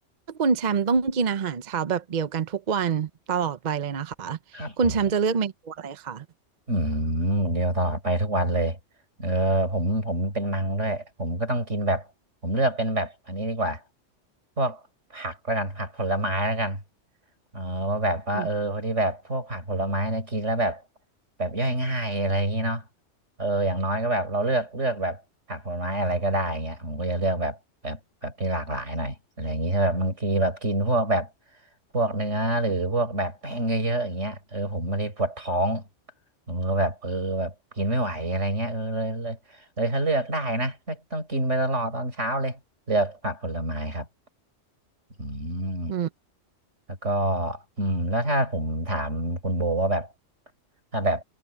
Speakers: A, on the right; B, on the right.
A: ถ้าคุณแชมป์ต้องกินอาหารเช้าแบบเดียวกันทุกวันตลอดไปเลยนะคะ
B: ครับผม
A: คุณแชมป์จะเลือกเมนูอะไรคะ
B: อืมเดียวตลอดไปทุกวันเลยเออผมผมเป็นมังด้วยผมก็ต้องกินแบบผมเลือกเป็นแบบอันนี้ดีกว่าพวกผักแล้วกันผักผลไม้แล้วกันเออว่าแบบว่าเออพอดีแบบพวกผักผลไม้นะกินแล้วแบบ
A: อืม
B: แบบย่อยง่ายอะไรอย่างนี้เนาะ เอออย่างน้อยก็แบบเราเลือกเลือกแบบผักผลไม้อะไรก็ได้เงี้ยผมก็จะเลือกแบบแบบแบบที่หลากหลายหน่อยอะไรอย่างงี้ถ้าแบบบางทีแบบกินพวกแบบพวกเนื้อหรือพวกแบบแป้งเยอะๆอย่างเงี้ยเออผมไม่ได้ปวดท้องผมก็แบบเออแบบกินไม่ไหวอะไรเงี้ยเออเลยเลยเลยถ้าเลือกได้นะก็ต้องกินไปตลอดตอนเช้าเลยเลือกผักผลไม้ครับอืม
A: อืม
B: แล้วก็อืมแล้วถ้าผมถามคุณโบว่าแบบถ้าแบบ